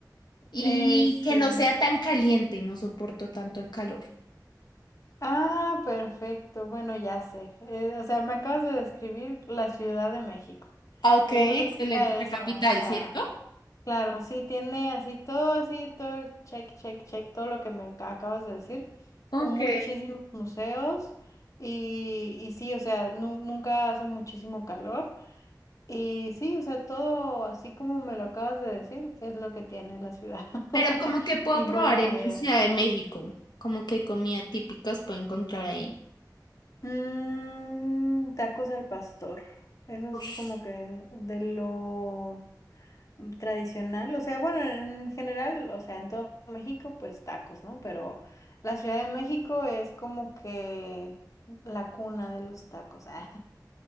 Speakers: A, on the left; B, on the left.
A: Y
B: Eh, sí.
A: que no sea tan caliente, no soporto tanto el calor.
B: Ah, perfecto. Bueno, ya sé. Eh, o sea, me acabas de describir la Ciudad de México.
A: Ah, Ok,
B: Eso
A: excelente.
B: se cuenta eso.
A: La capital,
B: O sea,
A: ¿cierto?
B: claro, sí tiene así todo, así todo el check, check, check, todo lo que me ca- acabas de decir.
A: Ok.
B: Un- Muchísimos museos. Y, y sí, o sea, nu- nunca hace muchísimo calor. Y sí, o sea, todo así como me lo acabas de decir, es lo que tiene la ciudad. <laughs>
A: Pero como que puedo
B: Y buena
A: probar en
B: comida.
A: Ciudad de México, como que comida típicas puedo encontrar ahí.
B: Mm, tacos al pastor. Eso es
A: Ush,
B: como que de lo tradicional. O sea, bueno, en general, o sea, en todo México, pues tacos, ¿no? Pero la Ciudad de México es como que la cuna de los tacos. <laughs> ah.